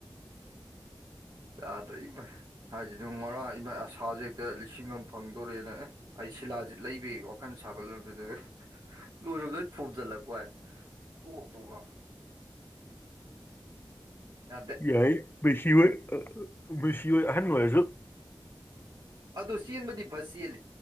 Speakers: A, on the right; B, on the left.
A: ꯌꯥꯗ꯭ꯔꯦ ꯏꯃꯥꯏ ꯍꯥꯏꯁꯤꯅꯤ ꯉꯔꯥꯡ ꯏꯃꯥꯏ ꯑꯁꯥꯖꯦ ꯍꯦꯛꯇ ꯂꯤꯁꯤꯡ ꯑꯃ ꯐꯪꯗꯣꯔꯦꯅ ꯑꯦ ꯑꯩ ꯁꯤꯂꯥꯖꯤꯠ ꯂꯩꯕꯒꯤ ꯋꯥꯈꯜ ꯁꯥꯒꯠ <unintelligible> ꯂꯣꯏꯔꯨꯕꯗꯩ ꯊꯣꯝꯖꯤꯜꯂꯛꯄꯏ ꯄꯣꯛ ꯇꯣꯛꯂ ꯌꯥꯗꯦ
B: ꯌꯥꯏ ꯃꯦꯁꯤꯑꯣꯢ ꯃꯦꯁꯤꯑꯣꯏ ꯑꯍꯟ ꯑꯣꯢꯔꯁꯨ
A: ꯑꯗꯨ ꯆꯦꯟꯕꯗꯤ ꯐ ꯆꯦꯜꯂꯤ